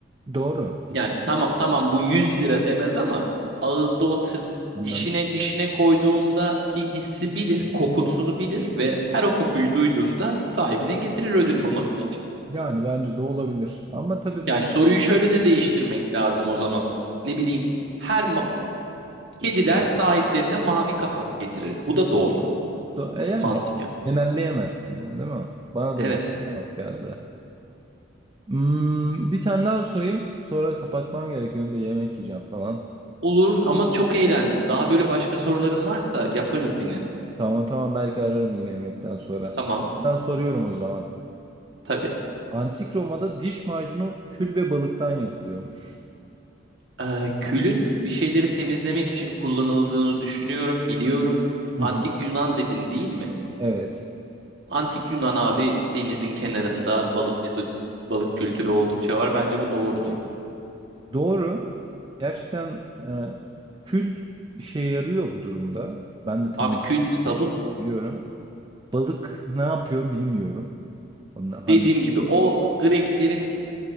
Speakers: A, on the right (about 25°); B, on the right (about 60°).
A: Doğru.
B: yani tamam tamam bu 100 lira demez ama ağızda o tır-
A: Bilmem.
B: dişine dişine koyduğundaki hissi bilir, kokusunu bilir ve her o kokuyu duyduğunda sahibine getirir ödül maması için.
A: Yani bence de olabilir. Ama tabii
B: Yani
A: bunu
B: soruyu
A: <clears throat>
B: şöyle de değiştirmek lazım o zaman. Ne bileyim her ma- kediler sahiplerine mavi kapak getirir. Bu da doğru
A: Do- e yani
B: mantıken.
A: genelleyemezsin bunu değil mi? Bana
B: Evet.
A: da biraz tuhaf geldi. Hmm, bir tane daha sorayım. Sonra kapatmam gerek. Benim de yemek yiyeceğim falan.
B: Olur ama çok eğlendim. Daha böyle başka sorularım varsa yaparız yine.
A: Tamam tamam belki ararım yine yemekten sonra.
B: Tamam.
A: Ben soruyorum o zaman.
B: Tabii.
A: Antik Roma'da diş macunu kül ve balıktan yapılıyormuş.
B: Ee, külün bir şeyleri temizlemek için kullanıldığını düşünüyorum, biliyorum.
A: Hı
B: Antik
A: hı.
B: Yunan dedin değil mi?
A: Evet.
B: Antik Yunan abi denizin kenarında balıkçılık, balık kültürü oldukça var. Bence bu doğrudur.
A: Doğru. Gerçekten e, kül işe yarıyor bu durumda. Ben de temiz
B: Abi kül sabun
A: biliyorum. Balık ne yapıyor bilmiyorum. Onu, hani,
B: dediğim gibi o Greklerin